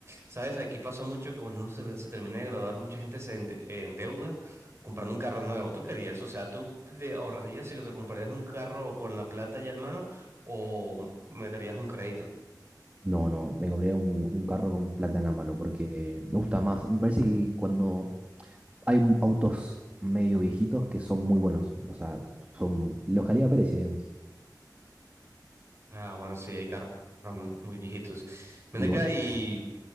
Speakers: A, on the right; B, on the right.
A: sabes, aquí pasa mucho que cuando uno se, se termina de graduar, mucha gente se ende- eh, endeuda comprando un carro nuevo. ¿Tú querías? O sea, ¿tú te ahorrarías si te comprarías un carro con la plata ya en mano o meterías un crédito?
B: No, no, me compraría un, un carro con plata en la mano porque me gusta más, me parece que cuando hay un- autos medio viejitos que son muy buenos. O sea, son los calidad-precio, digamos.
A: Ah, bueno, sí, hay carros muy muy viejitos. Ven
B: ¿Y
A: acá
B: vos?
A: y...